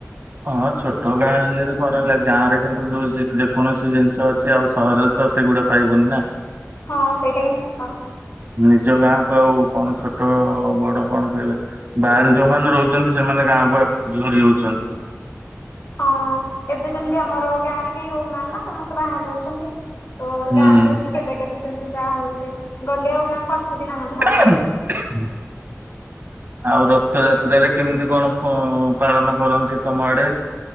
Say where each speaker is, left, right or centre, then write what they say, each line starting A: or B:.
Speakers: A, on the right; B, on the left.
A: ହଁ ଛୋଟ ଗାଁ ହେଲେ ବି କଣ ହେଲା, ଗାଁ ରେ କିନ୍ତୁ ଯୋଉ <unintelligible> କୌଣସି ଜିନିଷ ଅଛି ଆଉ ସହରରେ ତ ସେଗୁଡା ପାଇବୁନି ନା।
B: ହଁ ସେଇଟା କିନ୍ତୁ ସତ।
A: ନିଜ ଗାଁ କୁ ଆଉ କଣ ଛୋଟ ବଡ କଣ କହିବେ। ବାହାରେ ଯୋଉମାନେ ରହୁ ସେମାନେ ଗାଁକୁ ଆ ଝୁରି ହଉଛନ୍ତି।
B: ହଁ ଏବେ ଯେମିତି ଆମର ଗାଁ ରେ କେହି ରହୁନାହାନ୍ତି ନା, ସମସ୍ତେ ବାହାରେ ରହୁଛନ୍ତି। ଓ
A: ହୁଁ।
B: ଗାଁକୁ ଏମିତି କେବେ କେବେ ସେମିତି ଯାଆ ହଉଛି। ଗଲେ ଆଉ ଗାଁକୁ ଆସୁ ବି ନାହାନ୍ତି। ପାଖରେ
A: <inaudible>
B: ଏମିତି।
A: ଆଉ ରଥଯାତ୍ରାରେ କେମିତି କଣ ଫୋ ପାଳନ କରନ୍ତି ତମ ଆଡେ?